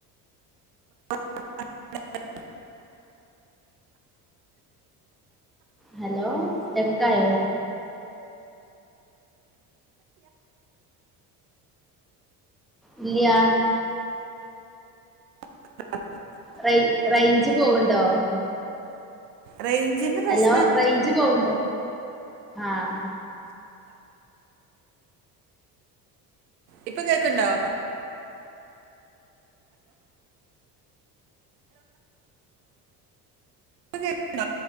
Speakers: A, on the right; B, in the centre.
A: <unintelligible> <inaudible>
B: ഹലോ സ്റ്റക്കായോ ഇല്ല യാ
A: <unintelligible> <inaudible>
B: റേഞ്ച് റേഞ്ച് പോവണ്ടോ
A: റേഞ്ചിന്റെ പ്രശ്നം
B: ഹലോ റേഞ്ച് പോവണ്ട് ആഹ്.
A: ഇപ്പൊ കേക്ണ്ടോ കേക്ക്ണ്ടോ.